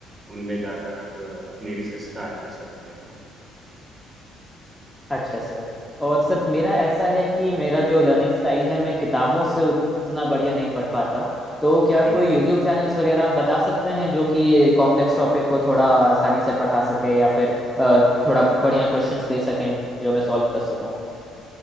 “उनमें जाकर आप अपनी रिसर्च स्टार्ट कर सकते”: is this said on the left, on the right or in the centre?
Right